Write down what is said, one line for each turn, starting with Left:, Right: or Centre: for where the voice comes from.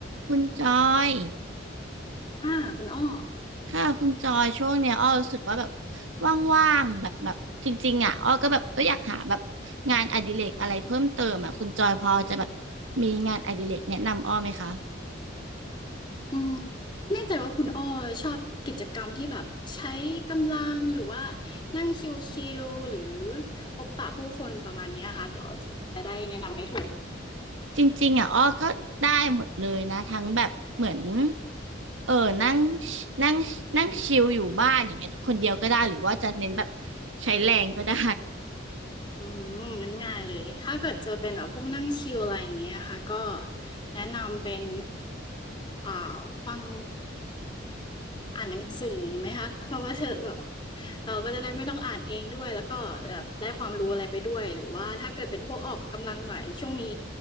Right: คุณจอย
Left: ค่ะคุณอ้อ
Right: ค่ะคุณจอยช่วงเนี้ยอ้อรู้สึกว่าแบบว่างๆแบบแบบจริงๆอ่ะอ้อก็แบบเอออยากหาแบบงานอดิเรกอะไรเพิ่มเติมอ่ะคุณจอยพอจะแบบมีงานอดิเรกแนะนำอ้อไหมคะ
Left: อืมไม่แน่ใจว่าคุณอ้อชอบกิจกรรมที่แบบใช้กำลังหรือว่านั่งชิลๆหรือพบปะผู้คนประมาณเนี้ยค่ะเดี๋ยวจะได้แนะนำให้ถูก
Right: จริงๆอ่ะอ้อก็ได้หมดเลยนะทั้งแบบเหมือนเออนั่งนั่งนั่งชิลอยู่บ้านอย่างเงี้ยคนเดียวก็ได้หรือว่าจะเน้นแบบใช้แรงก็ได้
Left: อืมงั้นง่ายเลยถ้าเกิดจะเป็นแบบพวกนั่งชิลอะไรอย่างเงี้ยค่ะก็แนะนำเป็นอ่าฟัง อ่านหนังสือไหมคะเพราะว่าเธอแบบเราก็จะได้ไม่ต้องอ่านเองด้วยแล้วก็แบบได้ความรู้อะไรไปด้วยหรือว่าถ้าเกิดเป็นพวกออกกำลังหน่อยช่วงนี้